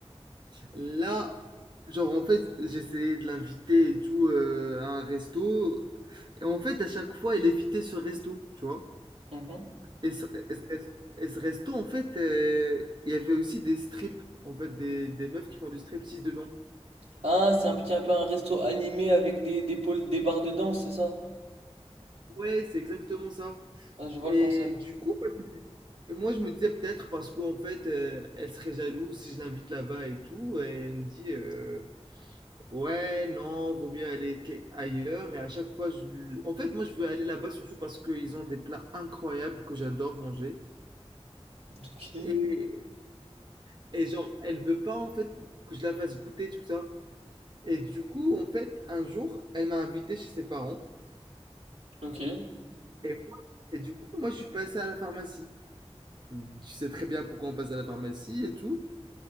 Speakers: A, on the right; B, on the right.
A: Là, genre, en fait, j'essayais de l'inviter et tout euh, à un resto. Et en fait, à chaque fois, elle évitait ce resto, tu vois.
B: Mhm.
A: Et ce, et ce res- et ce resto, en fait, euh, il y avait aussi des strips, en fait, des, des meufs qui font du striptease dedans.
B: Ah, c'est un petit un peu un resto animé avec des, des pôles, des barres de danse, c'est ça?
A: Ouais, c'est exactement ça.
B: Ah, je vois
A: Et
B: le concept.
A: du coup, moi, je me disais peut-être parce qu'en fait, euh, elle serait jalouse si je l'invite là-bas et tout. Et elle me dit, euh, ouais, non, vaut mieux aller qu'a- ailleurs. Et à chaque fois, je... en fait, moi, je veux aller là-bas surtout parce qu'ils ont des plats incroyables que j'adore manger.
B: Ok.
A: Et, Et genre, elle veut pas en fait que je la fasse goûter tout ça. Et du coup, en fait, un jour, elle m'a invité chez ses parents.
B: Ok.
A: Et, moi- et du coup, moi, je suis passé à la pharmacie. Tu sais très bien pourquoi on passe à la pharmacie et tout.